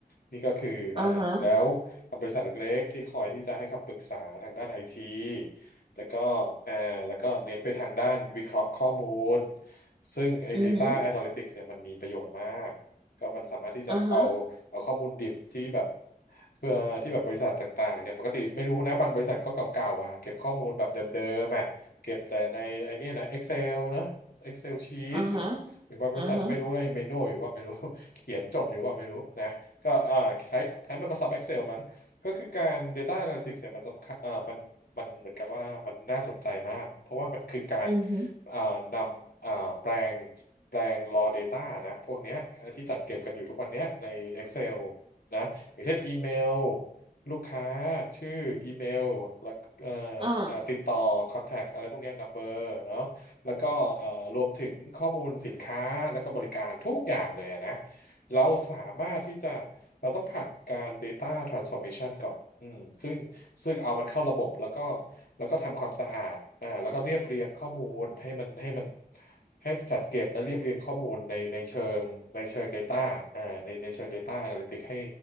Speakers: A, on the left; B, on the right.
A: นี่ก็คืออ่าแล้ว
B: อ่าฮะ
A: บริษัทเล็กๆที่คอยที่จะให้คำปรึกษาทางด้านไอทีแล้วก็อ่าแล้วก็เน้นไปทางด้านวิเคราะห์ข้อมูลซึ่งไอ้
B: อือหือ
A: data analytics เนี่ยมันมีประโยชน์มาก ก็มันสามารถที่จะเอา
B: อ่าฮะ
A: เอาข้อมูลดิบที่แบบเพื่อที่แบบบริษัทต่างๆเนี่ยปกติไม่รู้นะบางบริษัทก็เก่าๆอ่ะเก็บข้อมูลแบบเดิมๆอ่ะเก็บแต่ในไอเนี่ยนะ Excel นะ Excel sheet
B: อ่าฮะ
A: หรือหรือบางบริษัทไม่รู้นะยังเมนูอยู่ว่าไม่รู้
B: อ่าฮะ
A: <laughs> เขียนจดอยู่ว่าไม่รู้นะก็อ่าใช้ใช้ Microsoft Excel มั้งก็คือการ Data Analytics เนี่ยมันสำคัญอ่ามันมันเหมือนกับว่ามันน่าสนใจมากเพราะว่ามันคือการ
B: อือหือ
A: เอ่อนำเอ่อแปลงแปลง raw data นะพวกเนี้ยเอ่อที่จัดเก็บกันอยู่ทุกวันเนี้ยใน Excel นะอย่างเช่นอีเมลลูกค้าชื่ออีเมลแล้วเอ่อ
B: อ่า
A: เอ่อติดต่อ contact อะไรพวกเนี้ย number เนาะแล้วก็เอ่อรวมถึงข้อมูลสินค้าแล้วก็บริการทุกอย่างเลยอะนะ เราสามารถที่จะเราต้องผ่านการ Data Transformation ก่อนอืมซึ่งซึ่งเอามันเข้าระบบแล้วก็แล้วก็ทำความสะอาดอ่าแล้วก็เรียบเรียงข้อมูลให้มันให้มันให้จัดเก็บและเรียบเรียงข้อมูลในในเชิงในเชิง Data อ่าในในเชิง Data Analytics ให้